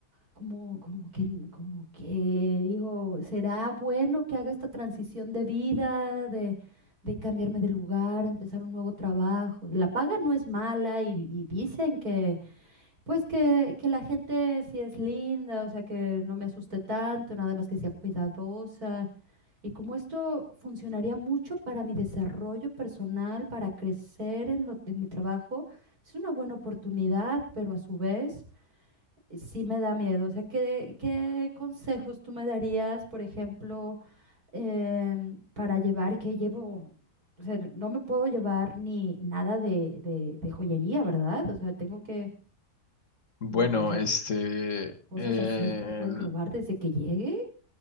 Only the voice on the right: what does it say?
como, como que, n- como que digo, ¿será bueno que haga esta transición de vida, de, de cambiarme de lugar, empezar un nuevo trabajo? La paga no es mala y, y dicen que, pues que, que la gente sí es linda, o sea, que no me asuste tanto, nada más que sea cuidadosa. Y como esto funcionaría mucho para mi desarrollo personal, para crecer en lo, en mi trabajo, es una buena oportunidad, pero a su vez eh, sí me da miedo. O sea, ¿qué, qué consejos tú me darías, por ejemplo, em, para llevar? ¿Qué llevo? O sea, no me puedo llevar ni nada de, de, de joyería, ¿verdad? O sea, tengo que,
mm, o sea,
cosas
así que me pueden robar desde que llegue.